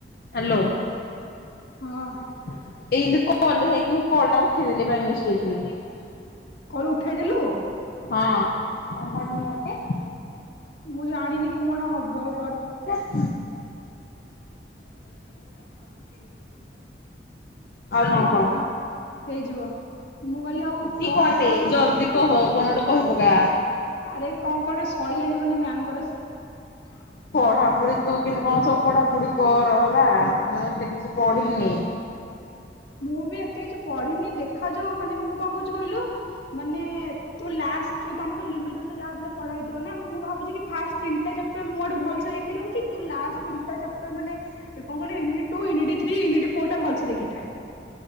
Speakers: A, on the left; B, on the left.
A: Hello.
B: ହଁ।
A: <unintelligible>
B: କହ ଉଠେଇ ଦେଲୁ।
A: ହଁ।
B: ମୁଁ ଜାଣିନି କଣ ହବ ବଟ୍
A: <unintelligible> ଆଉ
B: ହଁ
A: କଣ କହ?
B: ହଁ ହେଇଯିବ ମୁଁ କହିଲି ଆଉ
A: ଜଲଦି
B: କଣ କଣ
A: କହ କଣ ଗୋଟେ କହିପକା।
B: ଆରେ କଣ କଣ ସଇଲାଣିି ମାନେ ମ୍ୟାମଙ୍କର? ହଁ <unintelligible>
A: ପଢାପଢି ତୁ କିନ୍ତୁ କଣ ସବୁ ପଢାପଢି କର ହେଲା ମୁଁ ଏତେ କିଛି ପଢିନି।
B: ମୁଁ ବି ଏତେ କିଛି ପଢିନି ଦେଖାଯାଉ ମାନେ ମୁଁ କଣ କହୁଛି କହିଲୁ ମାନେ ତୁ ଲାଷ୍ଟ ଯଉ ତମେତ ଲିମିଟ୍ ଭିତରେ ଯାହାବି ହେଲେ ପଢାହେଇଥିବ ନା ମୁଁ ଭାବୁଛି ଫାଷ୍ଟ ତିନିଟା ଚାପ୍ ଟର୍ ମୁଁ ଆଡେ ଭଲସେ ଦେଖି ଦଉଛି ତୁ ଲାଷ୍ଟ ତିନଟା ଚାପଟର ମାନେ କଣ କହିଲୁ unit two unit three unit four ଟା ଭଲ ସେ ଦେଖି ତା।